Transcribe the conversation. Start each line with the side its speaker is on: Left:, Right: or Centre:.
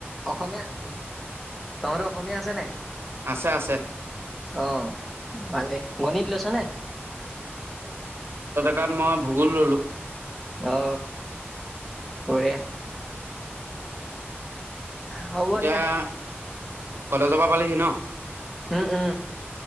Centre: অসমীয়া, তোমাৰো অসমীয়া আছে নে?
Right: আছে, আছে।
Centre: অ', ভালেই, গণিত লৈছা নে?
Right: তাত মই ভূগোল ল'লো।
Centre: অ', বঢ়িয়া। হ'ব
Right: এতিয়া
Centre: দিয়া।
Right: কলেজৰ পৰা পালিহি ন?
Centre: উম, উম